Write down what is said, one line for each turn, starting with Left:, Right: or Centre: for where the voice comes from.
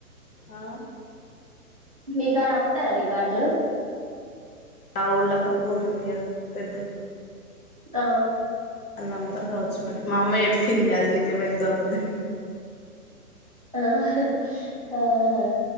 Left: ఆ
Right: మీకాడ అమ్ముతారా రికార్డులు
Left: ఆ ఉళ్ళ పక్క ఊరు ఉంది కదా పెద్దది
Right: ఆ
Left: అన్న అంతరు కావచ్చు మరి మా అమ్మాయి ఎప్పింది అది నీ జమేత్తము అంది
Right: ఆహ ఆహా